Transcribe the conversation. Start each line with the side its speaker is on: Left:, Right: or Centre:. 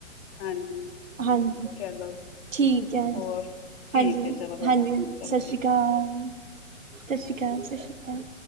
Left: ਹਾਂਜੀ
Right: ਹਾਂਜੀ,
Left: ਚਲੋ
Right: ਠੀਕ ਹੈ।
Left: ਹੋਰ ਠੀਕ
Right: ਹਾਂਜੀ
Left: ਹੈ ਚਲੋ ਬੇਟਾ
Right: ਹਾਂਜੀ ਹਾਂਜੀ
Left: ਚਲੋ
Right: ਸਤਿ ਸ਼੍ਰੀ
Left: ਠੀਕ
Right: ਅਕਾਲ
Left: ਹੈ
Right: ਸਤਿ ਸ਼੍ਰੀ ਅਕਾਲ ਸਤਿ ਸ਼੍ਰੀ ਅਕਾਲ।